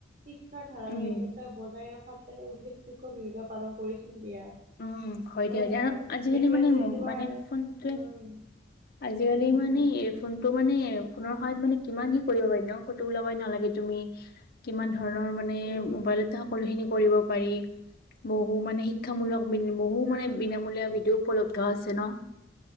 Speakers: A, on the right; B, on the left.
A: শিক্ষাৰ ধাৰাবাহিকতা
B: উম
A: বজাই ৰখাত ফালে উল্লেখযোগ্য ভূমিকা পালন কৰিছিল দিয়া।
B: উম, হয় দিয়া
A: নে
B: দে,
A: নহয়
B: আজিকালি
A: এতিয়া
B: মানে
A: যদি তোমাৰ
B: মানে ফোনটোৱে
A: উম
B: আজিকালি
A: উম উম
B: মানে এয়াৰ ফোনতটো মানে ফোনৰ সহায়ত মানে কিমান কি কৰিব পাৰি ন, কটো উওলাব নালাগে তুমি কিমান ধৰণৰ মানে
A: উম
B: মোবাইলতে সকলো খিনি কৰিব পাৰি, বহু মানে শিক মূলক বহু মানে বিনামূলীয়া ভিডিঅ উপলব্ধ আছে ন।